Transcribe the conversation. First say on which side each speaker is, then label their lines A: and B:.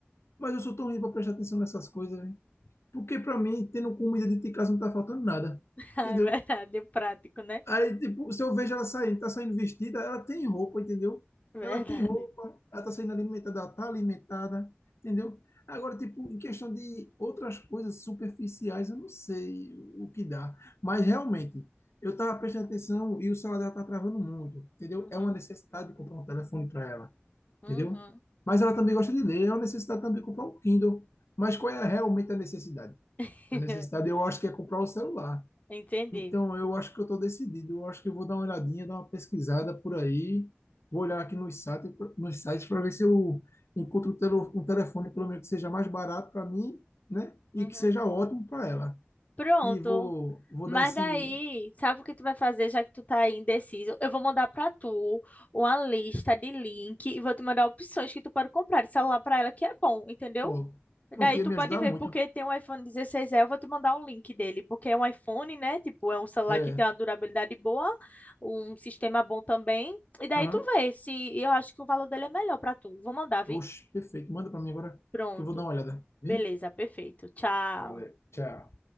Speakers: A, on the left; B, on the left.
A: Mas eu sou tão ruim pra prestar atenção nessas coisas, velho. Porque pra mim, tendo comida dentro de casa não tá faltando nada.
B: Ah,
A: Entendeu?
B: é verdade, o prático, né?
A: Aí, tipo, se eu vejo ela saindo, tá saindo vestida, ela tem roupa, entendeu?
B: Verdade.
A: Ela tem roupa, ela tá saindo alimentada, ela tá alimentada, entendeu? Agora, tipo, em questão de outras coisas superficiais, eu não sei o que dá. Mas, realmente, eu tava prestando atenção e o celular dela tá travando muito, entendeu?
B: Uhum,
A: É uma necessidade de comprar um telefone para ela,
B: uhum.
A: entendeu? Mas ela também gosta de ler, é uma necessidade também de comprar um Kindle. Mas qual é realmente a necessidade?
B: <laughs>
A: A necessidade, eu acho que é comprar o celular.
B: Entendi.
A: Então, eu acho que eu estou decidido. Eu acho que eu vou dar uma olhadinha, dar uma pesquisada por aí. Vou olhar aqui nos sites, nos sites para ver se eu encontro um tele- um telefone, pelo menos, que seja mais barato para mim, né? E
B: Uhum.
A: que seja ótimo para ela.
B: Pronto.
A: E vou, vou
B: Mas
A: dar esse.
B: daí, sabe o que tu vai fazer já que tu tá aí indeciso? Eu vou mandar pra tu uma lista de link e vou te mandar opções que tu pode comprar de celular pra ela que é bom, entendeu?
A: Pô, pronto,
B: Daí
A: ia
B: tu
A: me
B: pode
A: ajudar
B: ver,
A: muito.
B: porque tem um iPhone 16E, eu vou te mandar o link dele, porque é um iPhone, né? Tipo, é um celular
A: É.
B: que tem uma durabilidade boa, um sistema bom também. E daí
A: Aham.
B: tu vê se eu acho que o valor dele é melhor pra tu. Vou mandar, vi?
A: Oxe, perfeito. Manda para mim agora
B: Pronto.
A: que eu vou dar uma olhada. vi
B: Beleza, perfeito. Tchau.
A: Valeu, tchau.